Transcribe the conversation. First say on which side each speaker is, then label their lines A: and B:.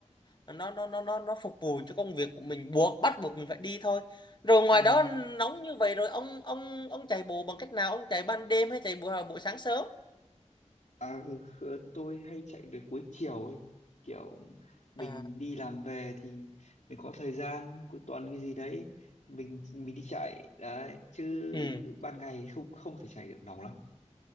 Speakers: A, on the left; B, on the left.
A: nó nó nó nó nó phục vụ cho công việc của mình buộc bắt buộc mình phải đi thôi rồi ngoài
B: Ừ.
A: đó nóng như vậy rồi ông ông ông chạy bộ bằng cách nào ông chạy ban đêm hay chạy buổi buổi sáng sớm
B: À, ừ, khờ- tôi hay chạy về cuối chiều ấy. Kiểu mình
A: à
B: đi làm về thì mình có thời gian cuối tuần cái gì đấy mình mình đi chạy đấy chứ
A: ừ
B: ban ngày không không thể chạy được nóng lắm